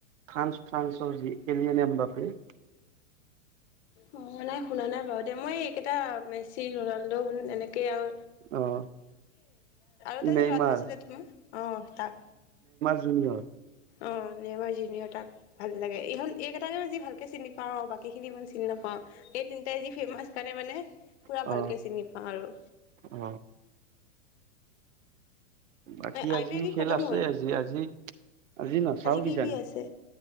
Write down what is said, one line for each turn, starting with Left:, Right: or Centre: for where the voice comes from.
Right: ফ্ৰানস ফ্ৰান্স যি কেনোনে আম্বাাপি <unintelligible>
Left: অ নাই শুনা নাই বাৰু দে মই এইকেইটা মেচি ৰনাল্ডো শুন যেনেকে আৰু
Right: অ
Left: এটা
Right: নেইমাৰ
Left: যে ল'ৰাটা আছিলে তোমাৰ অ তাক।
Right: উ
Left: অ নেমাৰ জিনিয়ত তাক ভাল লাগে এই হল এইকেইটাকে বজি ভালকে চিনি পাওঁ বাকীখিনি ইমান চিনি নাপাওঁ এই তিনটাই যি ফেমাচ কাৰণে মানে পুৰা
Right: অ
Left: ভালকে চিনি পাওঁ আৰু
Right: অ বাকী
Left: আই
Right: আজি
Left: পি এল কি
Right: খেল
Left: খতম
Right: আছে
Left: হ'ল
Right: আজি আজি আজি নাচাও
Left: কি
Right: কিজানো
Left: কি আছে?